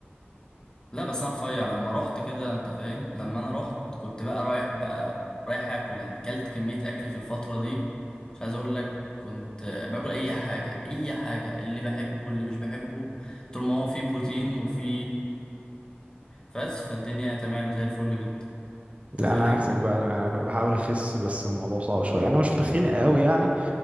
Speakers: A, on the left; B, on the right.
A: لا بس انا رفيع لما رحت كده انت فاهم لما انا رحت كنت بقى رايح بقى رايح اكل يعني اكلت كمية اكل في الفترة دي مش عايز اقول لك كنت باكل اي حاجة اي حاجة اللي بحبه واللي مش بحبه طول ما هو فيه بروتين وفيه فاس فالدنيا تمام زي الفل جدا انت
B: لا
A: فاهم
B: انا عكسك بقى انا انا بحاول اخس بس الموضوع صعب شويه انا مش تخين قوي يعني